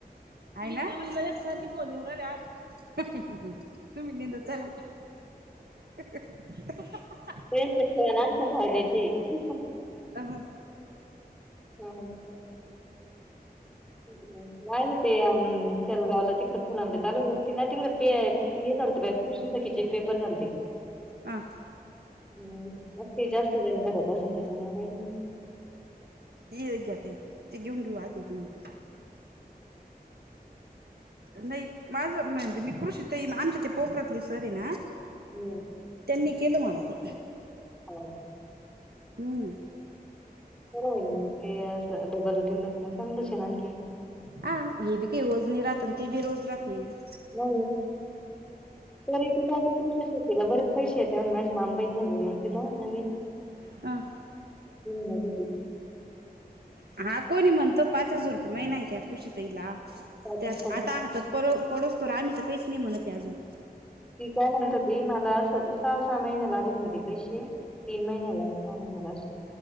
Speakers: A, on the right; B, in the centre.
A: ना सारखे फोन येऊन राहिल्या आज तुम्ही <inaudible> चला <inaudible>
B: ते आमच्या फायद्याची आहे.
A: दहा
B: हं हं नाही ते शेलगावला तिकड फुलाब्रताला घेऊन तेना तिकड प हे झालतं बाई कृषी सखीचे पेपर झालते.
A: हां
B: हं मग ते जास्त जणी भरत असेल त्याच्यामुळे काही.
A: ये घ्या ताई ते घेऊ घेऊ आधी दूर नंतर नाही माझं म्हणजे मी कृषी ताई आमच्या ते पोखरातले सर आहे ना
B: हो
A: त्यानी केलं मला ते
B: हो हो
A: हम्म
B: हो ते अस डबल ठेवलं तर मग चांगलंच होईल आणखी
A: ह ये भी काही रोज नाही राात अ त भी रोज रात नाही ना
B: हो तरी तिला तसे शकला बरेच पैसे य त्या माझी मामबाहीण झाली न तिथं नवीन
A: ह
B: नाही भती <unintelligible>
A: हा कोणी म्हणतं पाच हजार रुपये महिना येतात कृषीताईला.
B: पाचच
A: त्यात
B: पड
A: आता हातात प पडोसतोवर आम्ही काहीच नाही म्हणत अजून.
B: ती काय म्हणत होती मला सहा सहा महिन्याला आले नाही पैसे तीन महिन्याला सहा महिन्याला असे